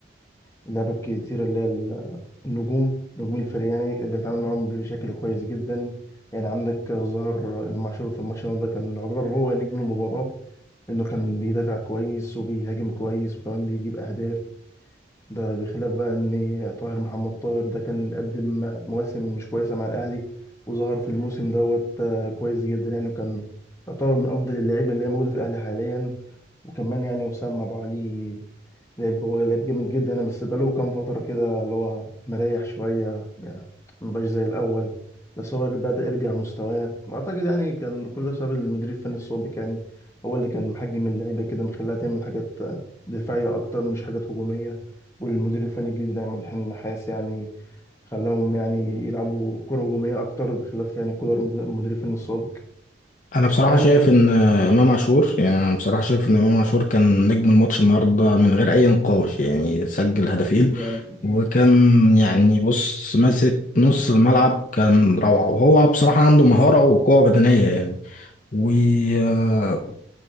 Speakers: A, on the left (about 15°); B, on the left (about 45°).
A: لعبة كتير اللي هي ال- النجوم نجوم الفريق يعني قدر يتعامل معاهم بشكل كويس جدا يعني عندك ظهر إمام عاشور في الماتش ده كان يعتبر هو نجم المباراة إنه كان بيدافع كويس وبيهاجم كويس وكمان بيجيب أهداف ده بخلاف بقى إن طاهر محمد طاهر ده كان بيقدم مواسم مش كويسة مع الأهلي وظهر في الموسم دوت آه، كويس جدا يعني وكان يعتبر من أفضل اللعيبة اللي هي موجودة في الأهلي حاليا وكمان يعني وسام أبو علي لعب هو لعب جامد جدا انا بس بقاله كام فتره كده اللي هو مريح شويه يعني ما بقاش زي الاول بس هو بدأ يرجع مستواه اعتقد يعني كان كله بسبب المدير الفني السابق يعني هو اللي كان محجم اللعيبه كده مخليها تعمل حاجات دفاعيه اكتر مش حاجات هجوميه والمدير الفني الجديد ده عماد النحاس يعني خلاهم يعني يلعبوا كره هجوميه اكتر بخلاف يعني كولر المدير الفني السابق
B: انا بصراحه
A: فيعني
B: شايف
A: شايف ان
B: ان امام عاشور يعني أنا بصراحه شايف ان امام عاشور كان نجم الماتش النهارده من غير اي نقاش يعني سجل هدفين
A: أكيد يعني أكيد
B: وكان يعني بص ماسك نص الملعب كان روعه وهو بصراحه عنده مهاره وقوه بدنيه يعني وانت